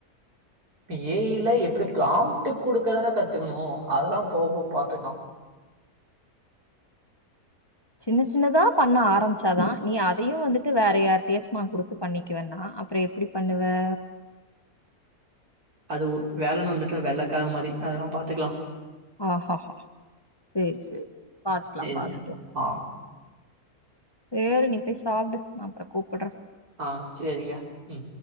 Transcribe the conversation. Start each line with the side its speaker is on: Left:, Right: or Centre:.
Right: இப்ப எ யி லா எப்டி பிளாம்ட்டுக் குடுக்கதானே கத்துகுணு அதெலாம் போவ் போவ் பாத்துக்லா
Left: சின்ன சின்னதா பண்ண ஆரம்ச்சாதா நீ அதையு வந்துட்டு வேற யார்ட்டியாச்சு நா குடுத்து பண்ணிக்குவேணா அப்றோ எப்டி பண்ணுவே
Right: அதுவு வேலன்னு வந்துட்டா வெள்ளக்கார மாரி அதெலாம் பாத்துக்லா
Left: ஆஹாஹா சேரி சேரி பாத்துக்கலாம்
Right: சேரிங்க
Left: பாத்துக்கலாம்
Right: ஆ
Left: சேரி நீ போய் சாப்டு நா அப்றோ கூப்பட்றே
Right: ஆ சேரிங்க ம்